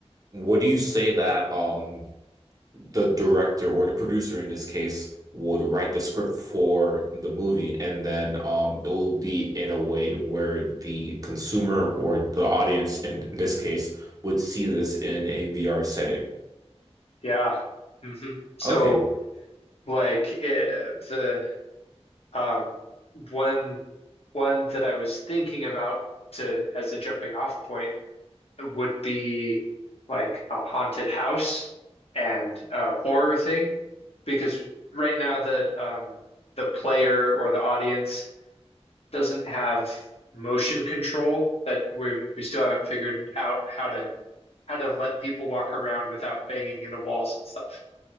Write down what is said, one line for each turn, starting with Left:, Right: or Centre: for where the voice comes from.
Right: What do you say that um the director or the producer in this case would write the script for the movie and then um it'll be in a way where the consumer or the audience in this case would see this in a VR setting.
Left: yeah. hmm so
Right: Okay.
Left: Like it, the um one one that I was thinking about to as a jumping off point would be like a haunted house and a horror thing because right now the um the player or the audience doesn't have motion control that we we still haven't figured out how to how to let people walk around without banging into walls and stuff,